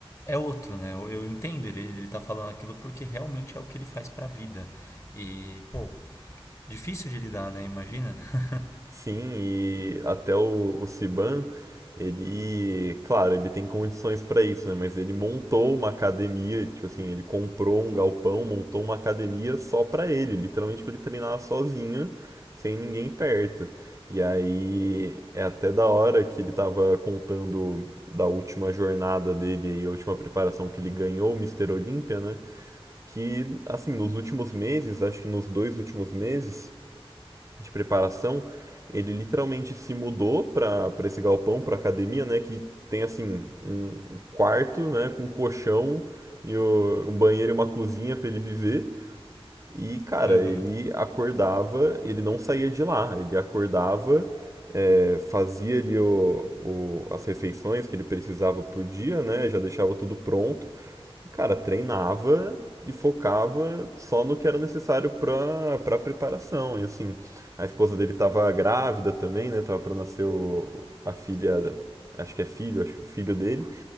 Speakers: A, on the left (about 30°); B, on the right (about 30°).
A: é outro, né? Eu, eu entendo ele, ele tá falando aquilo porque realmente é o que ele faz pra vida. E, pô, difícil de lidar, né? Imagina. <laughs>
B: Sim, e até o, o Siban, ele, claro, ele tem condições para isso, né? Mas ele montou uma academia, tipo assim, ele comprou um galpão, montou uma academia só para ele, literalmente para ele treinar sozinho, sem ninguém perto. E aí é até da hora que ele tava contando da última jornada dele aí, a última preparação que ele ganhou o Mister Olímpia, né? Que, assim, nos últimos meses, acho que nos dois últimos meses, de preparação, ele literalmente se mudou para esse galpão, para a academia, né? Que tem assim um quarto, né? Com um colchão e o- um banheiro e uma cozinha para ele viver. E cara,
A: Aham.
B: ele acordava, ele não saía de lá. Ele acordava, é, fazia ali o, o- as refeições que ele precisava pro dia, né? Já deixava tudo pronto. E, cara, treinava e focava só no que era necessário pra, pra preparação. E assim, a esposa dele tava grávida também, né? Tava pra nascer o- a filha, acho que é filho, acho que o filho dele.